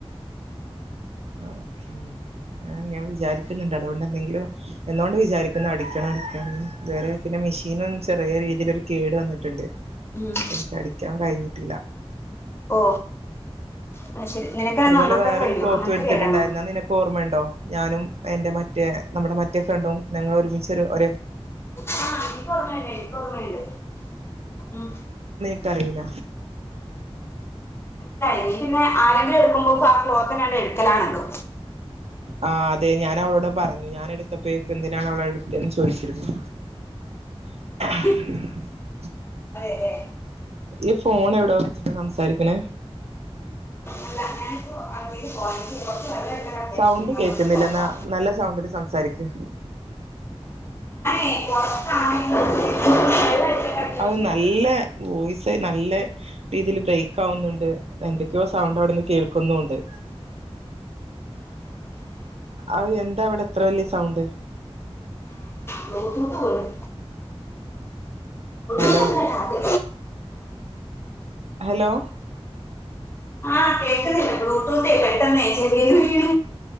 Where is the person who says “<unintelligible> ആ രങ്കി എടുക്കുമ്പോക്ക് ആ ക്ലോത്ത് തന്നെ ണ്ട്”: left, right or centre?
Left